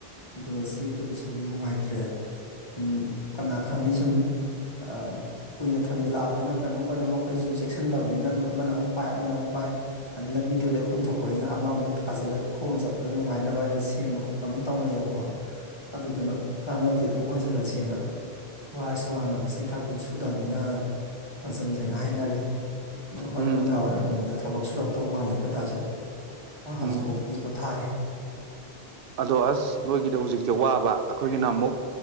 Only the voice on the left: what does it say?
ꯑꯗꯨꯒ ꯆꯦꯛꯄꯒꯤ ꯁꯨꯝ ꯅꯨꯡꯉꯥꯏꯇ꯭ꯔꯦ ꯑꯗꯨꯝ ꯀꯅꯥ ꯈꯪꯅꯤ ꯁꯨꯝ ꯑꯥ ꯀꯨꯏꯅ ꯊꯝꯖꯤꯜꯂꯛꯑꯕꯅꯤꯅ ꯀꯩꯅꯣꯝ ꯀꯩꯅꯣꯝ ꯃꯈꯣꯏꯁꯨ ꯑꯗꯨꯝ ꯆꯦꯛꯁꯤꯟꯗꯕꯅꯤꯅ ꯑꯗꯨꯝ ꯑꯃꯅ ꯑꯃꯨꯛ ꯄꯥꯏ ꯑꯃꯅ ꯑꯃꯨꯛ ꯄꯥꯏ ꯑꯗ ꯂꯝꯕꯤꯗ ꯂꯩꯈꯣꯝ ꯊꯣꯛꯄꯅꯤꯅ ꯑꯃꯃꯨꯛ ꯊꯥꯖꯤꯜꯂꯒ ꯈꯣꯡꯅ ꯆꯠꯄꯗ ꯅꯨꯡꯉꯥꯏꯅꯕ ꯍꯥꯏꯅ ꯁꯤ ꯁꯦꯝꯕ ꯈꯣꯠꯄ ꯑꯃ ꯇꯧꯅꯩꯌꯦꯕꯀꯣ ꯑꯗꯨꯗꯨꯅ ꯀꯥꯟꯅꯗꯦ ꯑꯗꯨꯝ ꯍꯣꯟꯖꯜꯂꯁꯦꯅ ꯋꯥꯔꯁꯨ ꯋꯥꯔꯅ ꯉꯁꯤ ꯊꯕꯛꯁꯨ ꯁꯨꯗꯕꯅꯤꯅ ꯍꯟꯖꯤꯟꯁꯦꯅ ꯍꯥꯏꯅꯔꯦ ꯑꯗꯣ ꯍꯣꯔꯣꯏ
ꯅꯨꯡꯗꯥꯡ ꯋꯥꯏꯔꯝꯒꯨꯝꯕꯗ ꯊꯕꯛ ꯁꯨꯔꯛꯇꯧ ꯃꯥꯜꯂꯦ ꯑꯩꯈꯣꯏ ꯗꯥꯁꯨ ꯃꯥ
ꯍꯧꯖꯤꯛꯐꯥꯎꯇꯗꯤ ꯄꯣꯊꯥꯔꯤ